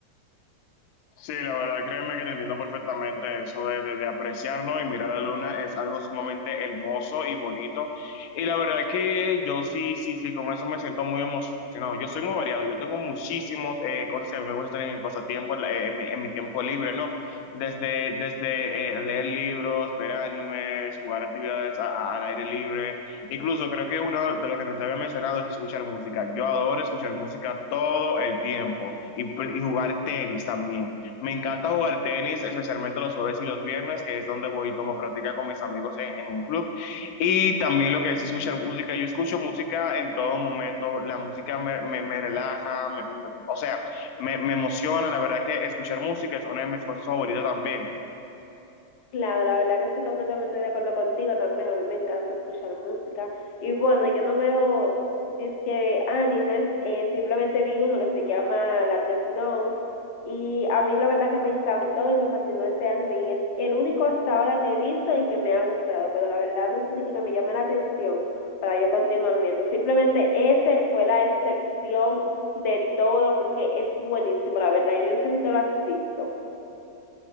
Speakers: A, on the left (about 85°); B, on the left (about 60°).
A: Sí, la verdad, créeme que te entiendo perfectamente eso de, de, de apreciarnos y mirar la luna es algo sumamente hermoso y bonito. Y la verdad que yo sí, sí, sí, con eso me siento muy emocionado. Yo soy muy variado, yo tengo muchísimas cosas que a mí me gusta hacer en mi pasatiempo, en, la- en mi, en mi tiempo libre, ¿no? Desde, desde eh, leer libros, ver animes, jugar actividades a- a- al aire libre. Incluso creo que uno de los que no te había mencionado es escuchar música. Yo adoro escuchar música todo el tiempo y, pl- y jugar tenis también. Me encanta jugar tenis, especialmente los jueves y los viernes, que es donde voy y tomo práctica con mis amigos en, en un club. Y también lo que es escuchar música. Yo escucho música en todo momento. La música me, me, me relaja, me- me- o sea, me, me emociona. La verdad que escuchar música es una de mis cosas favoritas también.
B: Claro, la verdad que estoy completamente de acuerdo contigo también. A mí me encanta escuchar música. Y bueno, yo no veo disque animes, eh, simplemente vi uno que se llama La Death Note. Y a mí la verdad que me encantó y me fascinó ese anime. Y es el único hasta ahora que he visto y que me ha gustado. Pero la verdad no es de que que me llame la atención para yo continuar viendo. Simplemente ese fue la excepción de todo porque es buenísimo, la verdad. Y yo no sé si tú lo has visto.